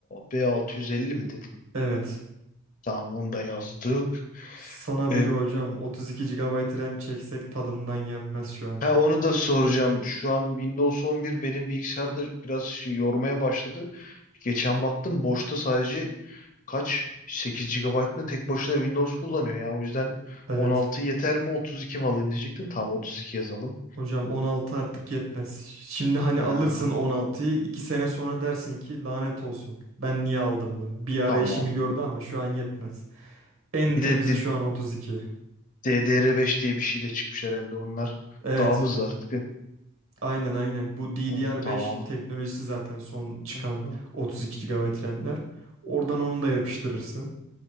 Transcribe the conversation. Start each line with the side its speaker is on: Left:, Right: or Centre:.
Left: B650 mi dedin?
Right: Evet.
Left: Tamam onu da yazdık.
Right: Sana
Left: E,
Right: bir de hocam 32 GB RAM çeksek tadından yenmez şu an.
Left: ha, onu da soracağım. Şu an Windows 11 benim bilgisayarda biraz şey yormaya başladı. Geçen baktım boşta sadece kaç 8 gigabayt mı tek başına Windows kullanıyor ya. O yüzden
Right: Evet.
Left: 16 yeter mi 32 mi alayım diyecektim. Tamam 32 yazalım.
Right: Hocam 16 artık yetmez. Şimdi hani
Left: Ha,
Right: alırsın 16'yı 2 sene sonra dersin ki lanet olsun. Ben niye aldım bunu? Bir ara
Left: tamam.
Right: eşimi gördü ama şu an yetmez. En
Left: Bir
Right: temizi
Left: de D-
Right: şu an 32.
Left: DDR5 diye bir şey de çıkmış herhalde. Onlar
Right: Evet.
Left: daha mı hızlı artık.
Right: Aynen aynen. Bu DDR5
Left: Hı, tamam.
Right: teknolojisi zaten son çıkan
Left: Hı, hı,
Right: 32 GB RAM'ler. Oradan onu da yapıştırırsın.